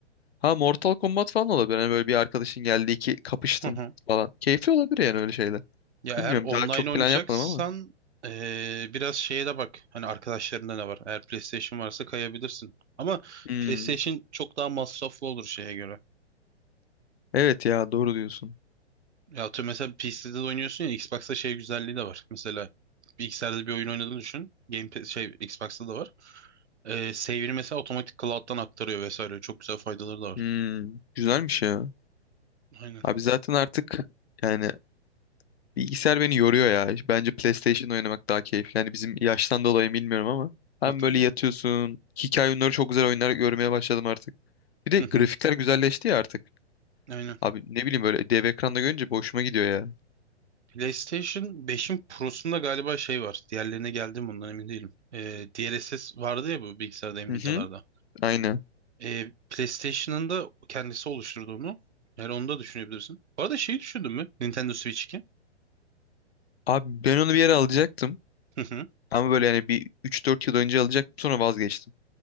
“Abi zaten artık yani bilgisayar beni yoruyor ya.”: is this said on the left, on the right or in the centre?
Left